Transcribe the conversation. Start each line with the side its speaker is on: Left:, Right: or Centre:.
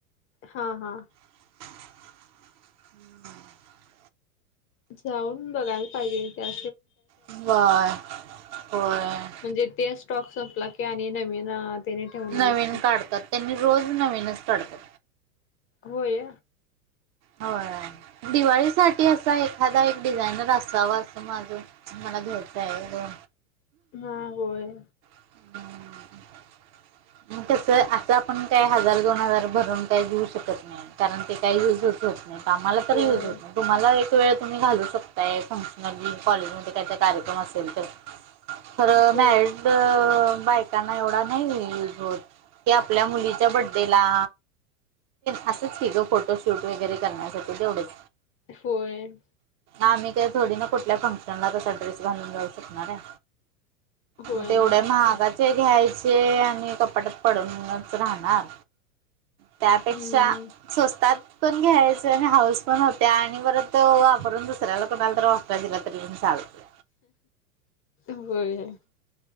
Left: हा हा
Right: <inaudible>
Left: जाऊन बघायला पाहिजे. त्या
Right: होय होय.
Left: म्हणजे ते स्टॉक संपला की, आणि नवीन त्याने ठेवणारच
Right: नवीन
Left: की.
Right: काढतात त्यांनी रोज नवीनच काढतात.
Left: होय
Right: होय. दिवाळीसाठी असा एखादा एक डिझायनर असावा अस माझ मला घ्यायचा आहे व.
Left: हा होय.
Right: <unintelligible> मग तस आता आपण काय हजार दोन हजार भरून काय घेऊ शकत नाही. कारण ते काही युजच होत नाही. आम्हाला तर
Left: होय
Right: युज होत नाही. तुम्हाला एक वेळ तुम्ही घालू शकताय. फंक्शनली कॉलेजमध्ये काहीतर कार्यक्रम असेल तर. खरं
Left: होय
Right: मॅरिड बायकांना एवढा नाही युज होत. की आपल्या मुलीच्या बड्डे ला. असच ग फोटोशूट वगैरे करण्यासाठी तेवढच.
Left: होय.
Right: आम्ही काय थोडी ना कुठल्या फंक्शनला तसा ड्रेस घालून जाऊ शकणार आहे.
Left: होय
Right: मग तेवढ्या
Left: नाहीच
Right: महागात
Left: की
Right: चे घ्यायचे. आणि कपाटात पडूनच राहणार. त्यापेक्षा
Left: हम्म
Right: स्वस्तात पण घ्यायचे. आणि हाऊस पण होते. आणि परत वापरून दुसऱ्याला कोणाला तर वापरायला दिला तरी पण चालत.
Left: होय.